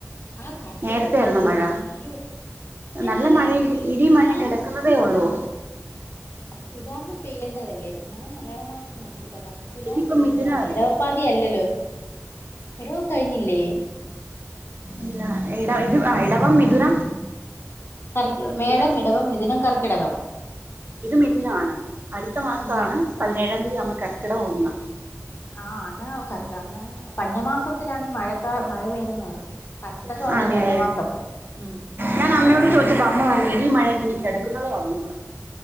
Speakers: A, on the left; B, on the right.
A: ആ കർക്കിടക
B: നേരത്തെ
A: ഉണ്ടല്ലോ
B: ആയിരുന്നോ മഴ
A: അയ്യോ ഏ
B: നല്ല
A: അല്ല
B: മഴ
A: തുല
B: ഇടി
A: തുലാം
B: മഴ കിടക്കുന്നതേ
A: തുലാം
B: ഉള്ളൂ
A: അപ്പൊ തുലാമി പെയ്യേണ്ടതല്ലേ ഞാൻ മലയാള മാസം നോക്കി പറഞ്ഞ തുലാം
B: ഇതിപ്പോ
A: പെയ്യേണ്ടതാണ്
B: മിഥുനമല്ലേ
A: ഇടവപ്പാതി അല്ലല്ലോ ഇടവം കഴിഞ്ഞില്ലേ
B: ഇല്ല എട ഇ എടവം മിഥുനം
A: കർക്കി മേടം
B: ഇത്
A: ഇടവം മിഥുനം കർക്കിടകം
B: ഇത് മിഥുനാണ് അടുത്ത മാസമാണ്
A: ഉം
B: പതിനേഴാം തീയതി ആമ്മ കർക്കിടം ഒന്ന്
A: ആഹ് അന്ന് കർ അന്ന് പഞ്ഞമാസത്തിലാണ് ഈ മഴക്കാർ മഴ പെയ്യുന്നെന്ന് പറഞ്ഞത് കർക്കിടകമാണ്
B: ആണല്ലേ
A: ഈ പഞ്ഞമാസം ഉം
B: ഞാൻ അമ്മയോട് ചോദിച്ചപ്പോ
A: അങ്ങനെയാ
B: അമ്മ പറഞ്ഞ്
A: പറ
B: ഇടിം മഴക്കെ ഇനിക്കിടക്കുന്നതേ ഉള്ളന്ന് പറ